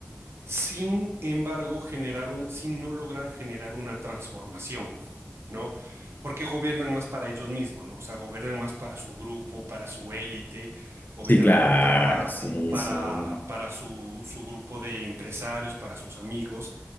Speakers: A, on the right; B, on the left.
A: sin embargo, generar un, sin no lograr generar una transformación, ¿no? Porque gobiernan más para ellos mismos, ¿no? O sea, gobiernan más para su grupo, para su élite, gobiernan
B: Sí, claro,
A: más para,
B: sí,
A: para,
B: sí.
A: para su, su grupo de empresarios, para sus amigos,